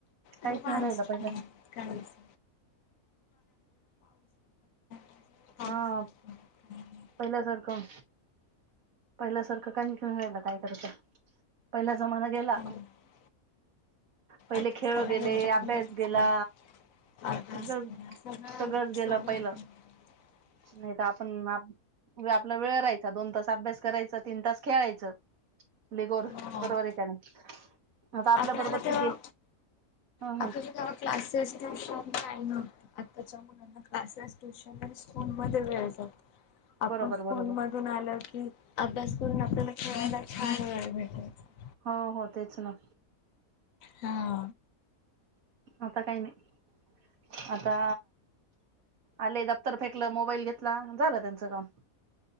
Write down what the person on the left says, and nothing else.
ना मानस
ना काहीच <unintelligible>
नाही पडत काही नाही.
हो ना.
आता
सगळा
इंटरनेटचा
अभ्यास
<unintelligible>
हो.
आपल्याला
तेव्हा
आपल्याला तेव्हा क्लासेस नव्हता आणि काही नव्हतं आताच्या मुला आता क्लासेस ट्युशन आणि स्कूल मध्ये वेळ जातो आपण
स्कूल
मधून आल की अभ्यास पूर्वी आपल्याला खेवायला वेळ भेटायचा
हा.